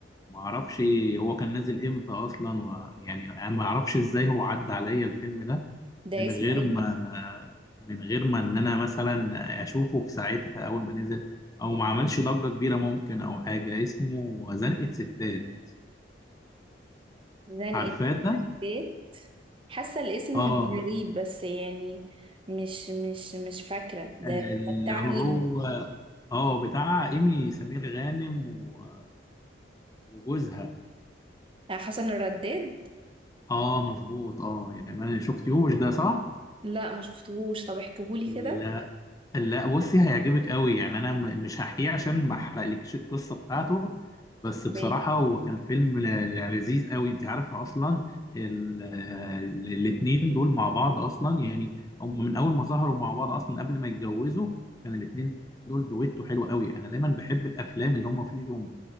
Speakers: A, on the left; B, on the right.
A: ما اعرفش هو كان نازل امتى اصلا ويعني انا ما اعرفش ازاي هو عدى عليا الفيلم ده
B: ده
A: من
B: اسمه
A: غير
B: ايه
A: ما
B: ده
A: من غير ما ان انا مثلا اشوفه في ساعتها اول ما نزل او ما عملش ضجه كبيره ممكن او حاجه اسمه زنقة ستات
B: زنقة
A: عارفاه ده؟
B: الزيت حاسة الاسم
A: اه
B: مش غريب بس يعني مش مش مش فاكرة ده
A: اللي
B: ده بتاع
A: هو
B: مين
A: اه بتاع ايمي سمير غانم و- وجوزها
B: بتاع حسن الرداد
A: اه مظبوط اه يعني ما شفتيهوش ده صح؟
B: لا ما شفتهوش طب احكيهولي
A: لا
B: كده
A: لا بصي هيعجبك قوي يعني انا م- مش هحكيه عشان ما احرقلكيش القصه بتاعته بس
B: تمام
A: بصراحه هو كان فيلم ل- يعني لذيذ قوي انت عارفه اصلا الاثنين دول مع بعض اصلا يعني هم من اول ما ظهروا مع بعض اصلا قبل ما يتجوزوا كان الاثنين دول دويتو حلو قوي انا دايما بحب الافلام اللي هم فيهم